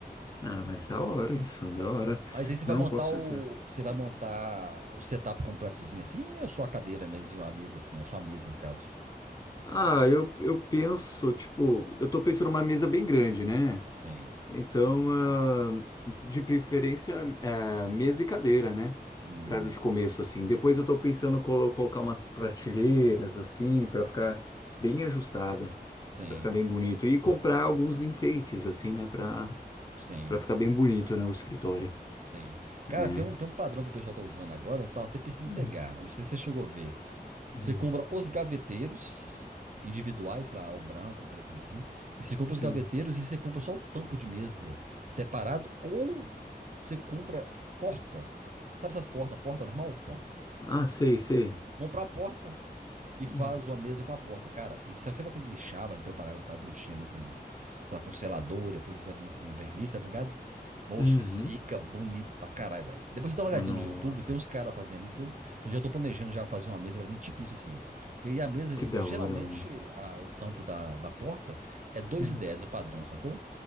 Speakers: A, on the left; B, on the right.
A: Ah, mas da hora isso, da hora.
B: Mas aí você vai
A: Não,
B: montar
A: com certeza.
B: o. Você vai montar o setup completozinho assim, ou só a cadeira mesmo, e uma mesa assim, ou só a mesa, no caso.
A: Ah, eu, eu penso, tipo, eu tô pensando numa mesa bem grande, né?
B: Sim.
A: Então, ah, de preferência, ah, mesa e cadeira, né?
B: Hum.
A: Para de começo, assim. Depois eu tô pensando em colo- colocar umas prateleiras, assim, para ficar bem ajustada,
B: Sim.
A: para ficar bem bonito. E comprar alguns enfeites, assim, né? Para
B: Sim.
A: para ficar bem bonito, né? O escritório,
B: Sim. Cara,
A: né?
B: tem um, tem um padrão que o pessoal tá usando agora, eu tava até pensando
A: Hum,
B: em pegar. Eu não sei se você chegou a ver.
A: hum,
B: Você compra os gaveteiros individuais, sei lá, o branco, o preto assim. E você compra
A: Sim.
B: os gaveteiros e você compra só o tampo de mesa separado ou você compra porta. Sabe essas portas? Porta normal? Porta.
A: Ah, sei, sei.
B: Comprar a porta e faz
A: Hum.
B: uma mesa com a porta. Cara, e só que você vai ter que lixar, vai preparar ela tal bonitinha ali com, sei lá, com selador, depois você vai vir com verniz, tá ligado? Moço,
A: Uhum.
B: fica bonito pra caralho, velho. Depois você dá uma olhadinha
A: Oh, nossa,
B: no YouTube, tem uns caras fazendo isso. Então, eu já tô planejando já fazer uma mesa pra mim, tipo isso assim. Porque aí a mesa,
A: que da
B: geralmente,
A: hora, mano.
B: a- o tampo da, da porta é 2,10
A: Hum.
B: o padrão, sacou?